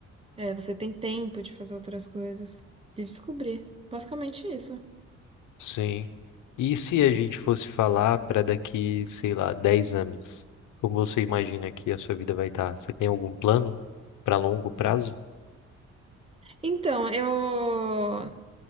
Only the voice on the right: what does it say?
É, você tem tempo de fazer outras coisas, de descobrir. Basicamente isso.
Então, eu